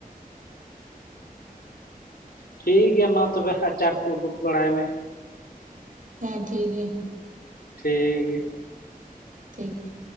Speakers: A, on the left; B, on the right.
A: ᱴᱷᱤᱠ ᱜᱮᱭᱟ ᱢᱟ ᱛᱚᱵᱮ ᱟᱪᱟᱨ ᱠᱚ ᱩᱰᱩᱠ ᱵᱟᱲᱟᱭ ᱢᱮ᱾
B: ᱦᱮᱸ ᱴᱷᱤᱠ ᱜᱮᱭᱟ᱾
A: ᱴᱷᱤᱠ ᱜᱮᱭᱟ
B: ᱴᱷᱤᱠ